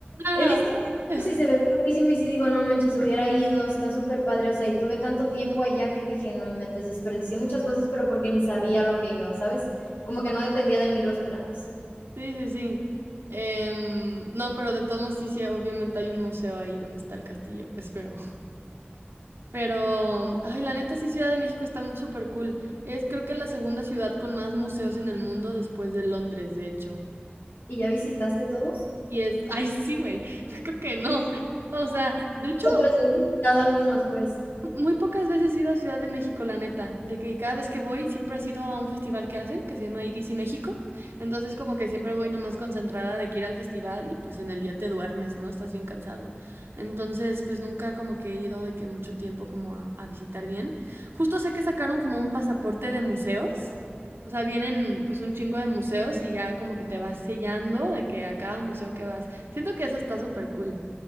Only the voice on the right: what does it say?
No,
no,
no. <laughs>
Sí, sí, sí. Em, no, pero de todos modos sí, sí, obviamente hay un museo ahí donde está el castillo, <laughs> pues, pero... Pero, ay, la neta sí, Ciudad de México está mu- súper cool. Es creo que la segunda ciudad con más museos en el mundo después de Londres, de hecho.
Y es, <laughs> ay, sí, güey, <laughs> yo creo que no.
O sea, de hecho,
Muy pocas veces he ido a Ciudad de México, la neta, de que cada vez que voy siempre ha sido a un festival que hacen, que se llama IDC México, entonces como que siempre voy nomás concentrada de que ir al festival y pues en el día te duermes, ¿no? Estás bien cansado. Entonces pues nunca como que he ido de que mucho tiempo como a, a visitar bien. Justo sé que sacaron como un pasaporte de museos, o sea, vienen pues un chingo de museos y ya como que te vas sellando de que a cada museo que vas. Siento que eso está súper cool.